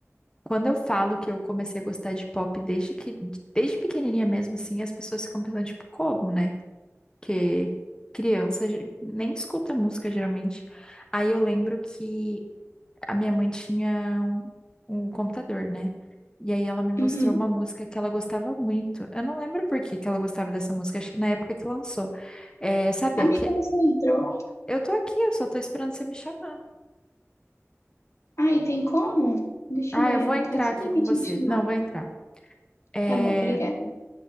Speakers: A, on the left; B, on the left.
A: quando eu falo que eu comecei a gostar de pop desde que, desde pequenininha mesmo, assim, as pessoas ficam pensando, tipo, como, né? que criança ge- nem escuta música geralmente. Aí eu lembro que a minha mãe tinha um, um computador, né? E aí ela me mostrou
B: Uhum.
A: uma música que ela gostava muito. Eu não lembro por que que ela gostava dessa música, acho que na época que lançou. É, sabe,
B: Amiga,
A: aqui,
B: você entrou?
A: eu tô aqui, eu só tô esperando você me chamar.
B: Ai, tem como? Deixa
A: Ah,
B: eu ver.
A: eu vou entrar
B: Eu não sabia
A: aqui com
B: que tinha
A: você.
B: que chamar.
A: Não, vou entrar. É,
B: Tá bom, obrigada.